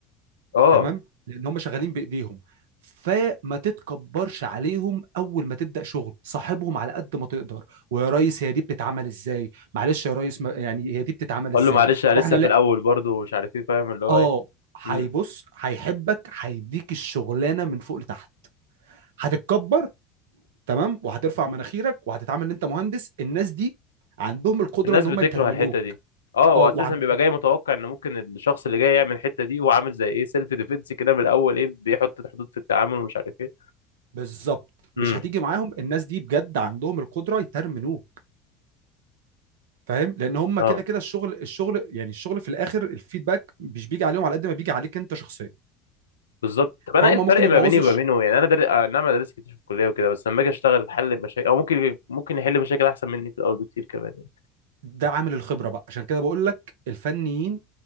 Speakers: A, on the left; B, on the right.
A: اه
B: تمام لان هم شغالين بايديهم فما تتكبرش عليهم اول ما تبدا شغل صاحبهم على قد ما تقدر ويا ريس هي دي بتتعمل ازاي معلش يا ريس ما يعني هي دي بتتعمل ازاي
A: اقول له معلش انا
B: طب
A: لسه
B: احنا لا
A: في الاول برضه ومش عارف ايه فاهم اللي هو
B: اه
A: ايه
B: هيبص
A: امم
B: هيحبك هيديك الشغلانه من فوق لتحت هتتكبر تمام وهترفع مناخيرك وهتتعامل ان انت مهندس الناس دي عندهم القدره
A: الناس
B: ان هم
A: بتكره
B: يترمنوك
A: الحته دي اه هو
B: اه وعن
A: اساسا بيبقى جاي متوقع ان ممكن الشخص اللي جاي يعمل الحته دي هو عامل زي ايه سيلف ديفenس كده من الاول ايه بيحط حدود في التعامل ومش عارف ايه
B: بالظبط
A: امم
B: مش هتيجي معاهم الناس دي بجد عندهم القدره يترمنوك فاهم لان هم
A: اه
B: كده كده الشغل الشغل يعني الشغل في الاخر الفيدباك مش بيجي عليهم على قد ما بيجي عليك انت شخصيا
A: بالظبط طب انا
B: فهم
A: ايه الفرق
B: ممكن يبوظوا
A: ما بيني وما
B: الش-
A: بينه يعني انا در... آه، نعم انا درست كتير في الكليه وكده بس لما اجي اشتغل احل مشاكل او ممكن ممكن يحل مشاكل احسن مني في الاول بكتير كمان يعني.
B: ده عامل الخبره بقى عشان كده بقول لك الفنيين